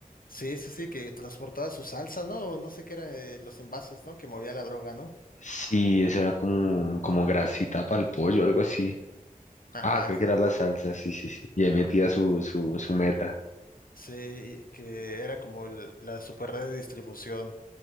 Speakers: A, on the left; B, on the left.
A: Sí, sí, sí, que transportaba su salsa, ¿no? O No sé qué eran eh, los envases, ¿no? Que movía la droga, ¿no?
B: Sí, esa era como, como grasita para el pollo, algo así.
A: Ajá,
B: Ah, creo que era la salsa, sí, sí, sí. Y ahí metía su, su, su meta.
A: sí, que era como el- la super red de distribución.